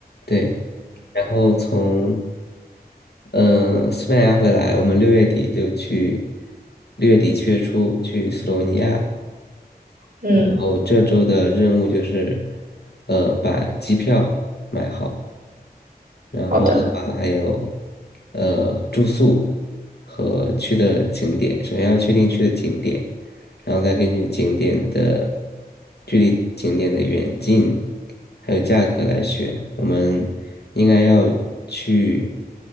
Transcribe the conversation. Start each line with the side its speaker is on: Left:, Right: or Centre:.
Left: 对，然后从嗯、呃西班牙回来，我们六月底就去，六月底月初去斯洛文尼亚。
Right: 嗯，
Left: 然后这周的任务就是，呃，把机票买好。然后的话还有
Right: 好的，
Left: 呃住宿和去的景点，首先要确定去的景点，然后再根据景点的距离、景点的远近，还有价格来选。我们应该要去，